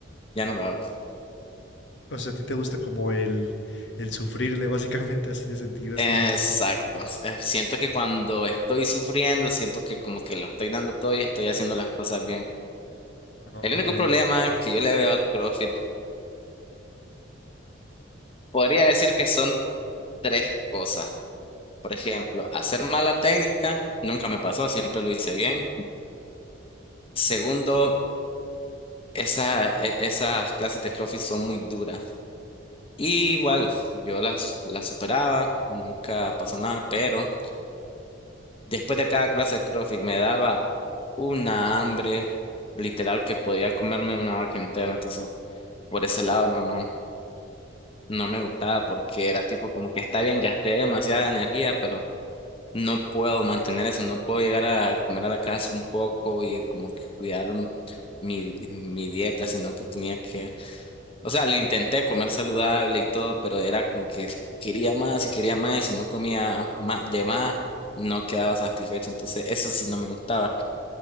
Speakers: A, on the left; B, on the left.
A: ya no lo hago.
B: o sea, a ti te gusta como el, el sufrirle, básicamente, así de sentir así
A: Exacto.
B: de que...
A: Eh, Siento que cuando estoy sufriendo, siento que como que lo estoy dando todo y estoy haciendo las cosas bien.
B: Oh,
A: El único
B: ok,
A: problema que yo le veo al CrossFit, podría decir que son tres cosas. Por ejemplo, hacer mala técnica nunca me pasó, siempre lo hice bien. Segundo, esa, e- esas clases de CrossFit son muy duras. Y igual, yo las, las superaba, nunca pasó nada, pero después de cada clase de CrossFit me daba una hambre literal que podía comerme una vaca entera. Entonces, por ese lado no, no, no me gustaba porque era tipo como que está bien, gasté demasiada energía, pero No puedo mantener eso, no puedo llegar a comer a la casa un poco y como que cuidar un- mi, mi dieta, sino que tenía que, o sea, lo intenté comer saludable y todo, pero era como que quería más y quería más y si no comía más de más, no quedaba satisfecho, entonces eso sí no me gustaba.